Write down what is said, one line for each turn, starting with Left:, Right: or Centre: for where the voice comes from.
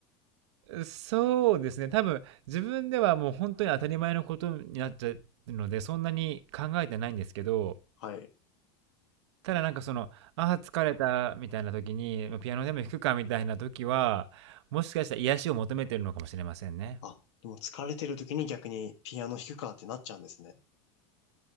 Right: そうですね。多分、自分ではもう本当に当たり前のことになっちゃうので、そんなに考えてないんですけど、
Left: はい。
Right: ただなんかその、ああ、疲れたみたいな時に、ま、ピアノでも弾くかみたいな時は、もしかしたら癒しを求めてるのかもしれませんね。
Left: あ、でも疲れてる時に逆にピアノ弾くかってなっちゃうんですね。